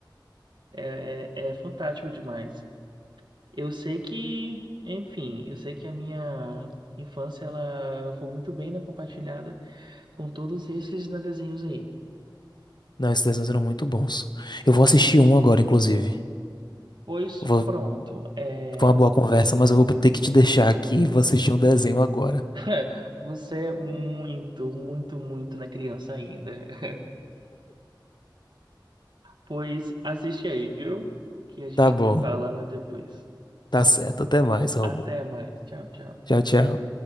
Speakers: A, on the right; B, on the left.
A: É, é, é fantástico demais. Eu sei que, enfim, eu sei que a minha infância ela foi muito bem, né, compartilhada com todos esses, né, desenhos aí.
B: Não, esses desenhos eram muito bons. Eu vou assistir um agora, inclusive.
A: Pois
B: Vou-
A: pronto, é,
B: foi uma boa conversa, mas eu vou ter que te deixar aqui e vou assistir um desenho agora.
A: <laughs> você é muito, muito, muito na criança ainda. <laughs> Pois assiste aí, viu? Que a gente
B: Tá bom,
A: se fala, né, depois.
B: tá certo. Até mais, Rômulo.
A: Até mais. Tchau, tchau.
B: Tchau, tchau.